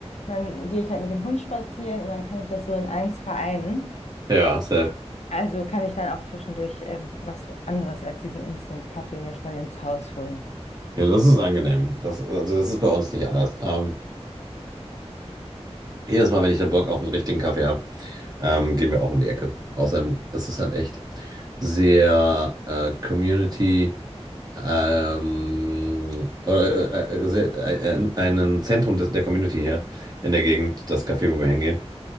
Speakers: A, on the left; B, on the right.
A: Und dann gehe ich halt mit dem Hund spazieren und dann kann ich das so in eins vereinen.
B: Ja, safe.
A: Also kann ich dann auch zwischendurch ähm, was anderes als diesen Instant-Kaffee mir schnell ins Haus holen.
B: Ja, das ist angenehm. Das, also das ist bei uns nicht anders. Ähm, jedes Mal, wenn ich dann Bock auf einen richtigen Kaffee habe, ähm, gehen wir auch um die Ecke. Außerdem ist es halt echt sehr äh, Community. ähm, oder, äh, äh, äh, se- äh, äh, einen Zentrum des, der Community hier in der Gegend, das Café, wo wir hingehen.